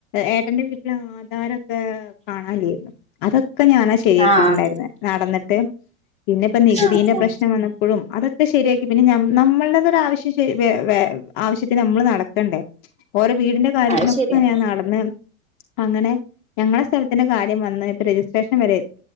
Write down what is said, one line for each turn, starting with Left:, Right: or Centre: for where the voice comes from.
Left: ഏട്ടന്റെ വീട്ടിലെ ആ ധാരൊക്കെ കാണാല്ല്യേര്ന്നു അതൊക്കെ ഞാനാ ശരിയാക്കിയിട്ടുണ്ടായിരുന്ന്
Right: ആഹ്
Left: നടന്നിട്ട്. പിന്നെപ്പം നികുതീന്റെ
Right: ആഹ്
Left: പ്രശ്നം വന്നപ്പഴും അതൊ ക്കെ ശരിയാക്കി പിന്നെ നമ്മൾടെതൊരാവശ്യം ശരി വേ വേ ആവശ്യത്തിന് നമ്മള് നടക്കണ്ടേ. ഓരെ വീടിന്റെ കാര്യത്തിനൊക്കെ
Right: അത് ശരിയാ
Left: ഞാൻ നടന്ന് അങ്ങനെ ഞങ്ങളെ സ്ഥലത്തിന്റെ കാര്യം വന്ന് ഇപ്പം രജിസ്ട്രേഷൻ വരെ എ